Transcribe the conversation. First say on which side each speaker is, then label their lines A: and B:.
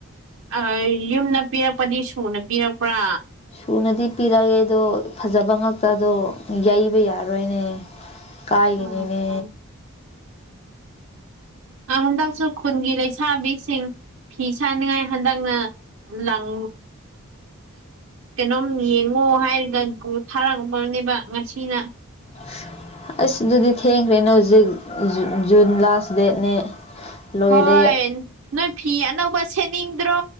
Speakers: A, on the right; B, on the left.
A: ꯑ ꯌꯨꯝꯅ ꯄꯤꯔꯛꯄꯗꯤ ꯁꯨꯅ ꯄꯤꯔꯛꯄ꯭ꯔꯥ
B: ꯊꯨꯅꯗꯤ ꯄꯤꯔꯛꯑꯦ ꯑꯗꯣ ꯐꯖꯕ ꯉꯛꯇ ꯗꯣ ꯌꯩꯕ ꯌꯥꯔꯣꯏꯅꯦꯕ ꯀꯥꯏꯒꯤꯅꯤꯅꯦ
A: ꯎꯝ ꯎꯝ ꯑꯥ ꯍꯟꯗꯛꯁꯨ ꯈꯨꯟꯒꯤ ꯂꯩꯁꯥꯕꯤꯁꯤꯡ ꯐꯤ ꯁꯥꯅꯤꯡꯉꯥꯏ ꯍꯟꯗꯛꯅ ꯂꯪ ꯀꯩꯅꯣꯝ ꯌꯦꯡꯉꯣ ꯍꯥꯏꯔꯒ ꯊꯥꯔꯛꯕꯅꯦꯕ ꯉꯁꯤꯅ
B: <inaudible> ꯑꯁ ꯑꯗꯨꯗꯤ ꯊꯦꯡꯈ꯭ꯔꯦꯅꯦ ꯍꯧꯖꯤꯛ ꯖꯨ ꯖꯨꯟ ꯂꯥꯁ ꯗꯦꯠꯅꯦ ꯂꯣꯏꯔꯦ
A: ꯍꯣꯏ ꯅꯣꯏ ꯐꯤ ꯑꯅꯧꯕ ꯁꯦꯠꯅꯤꯡꯗ꯭ꯔꯣ